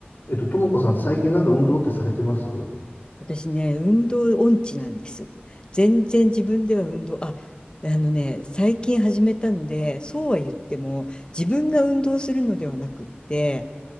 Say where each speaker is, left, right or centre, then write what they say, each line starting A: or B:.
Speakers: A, on the left; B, on the left.
A: えっと、ともこさん、最近なんか運動ってされてます
B: 私ね、運動音痴なんです。全然自分では運動、あ、あのね、最近始めたので、そうは言っても、自分が運動するのではなくって、